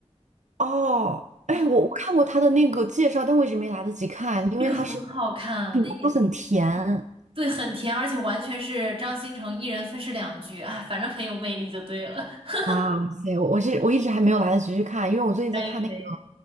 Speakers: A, on the right; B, on the right.
A: 哦，哎，
B: 然后
A: 我我看过他的那个介绍，但我一直没来得及看，因为他是
B: 这个很好看，那也
A: 都很甜。
B: 对，很甜，而且完全是张新成一人分饰两角，啊，反正很有魅力就对了。<laughs>
A: 哇塞，我我是我一直还没有来得及去看，因为我最近在看那个
B: 可以可以。